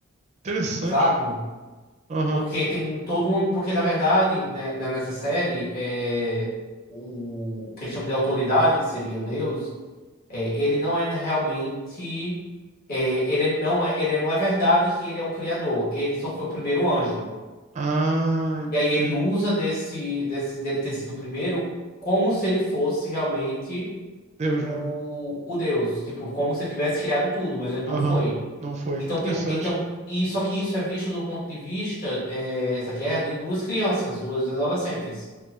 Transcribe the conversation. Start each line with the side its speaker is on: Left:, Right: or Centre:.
Right: Interessante.
Left: sabe?
Right: Aham.
Left: Porque tem todo um, porque na verdade, né, né, nessa série é o, o que eles chamam de autoridade, que seria o Deus, é, ele não é realmente é, ele não é ele não é verdade que ele é o criador, ele só foi o primeiro anjo.
Right: Ah, entendi.
Left: E aí ele usa desse, desse dele ter sido o primeiro como se ele fosse realmente
Right: Deus,
Left: o,
Right: né?
Left: o Deus. Tipo, como se ele tivesse criado tudo, mas ele não
Right: Aham,
Left: foi.
Right: não foi.
Left: Então
Right: Interessante.
Left: tem. um- Então, e, só que isso é visto do ponto de vista, é, essa guerra de duas crianças, duas adolescentes.